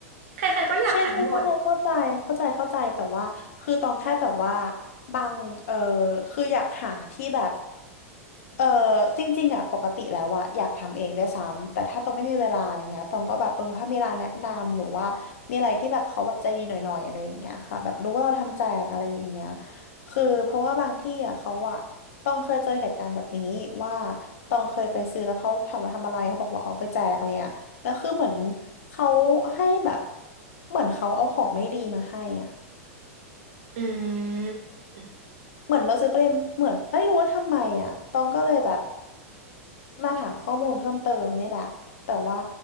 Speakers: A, on the right; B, on the left.
A: ใครๆก็อยากขายหมด
B: ใช่ใช่ใช่เข้าใจเข้าใจเข้าใจแต่ว่าคือตองแค่แบบว่าบางเออคืออยากหาที่แบบ เออจริงๆอ่ะปกติแล้วอ่ะอยากทำเองด้วยซ้ำแต่ถ้าตองไม่มีเวลาอย่างเงี้ยตองก็แบบเออถ้ามีร้านแนะนำหรือว่ามีอะไรที่แบบเขาแบบใจดีหน่อยๆอะไรอย่างเงี้ยค่ะแบบรู้ว่าเราทำแจกอะไรอย่างเงี้ยคือเพราะว่าบางที่อ่ะเขาอ่ะตองเคยเจอเหตุการณ์แบบนี้ว่าตองเคยไปซื้อแล้วเขาถามว่าทำอะไรเขาบอกว่าเอาไปแจกอะไรเงี้ยแล้วคือเหมือนเขาให้แบบเหมือนเขาเอาของไม่ดีมาให้อ่ะ
A: อืม
B: เหมือนเราซื้อไปเลยเหมือนไม่รู้ว่าทำไมอ่ะตองก็เลยแบบ มาถามข้อมูลเพิ่มเติมนี่แหละแต่ว่า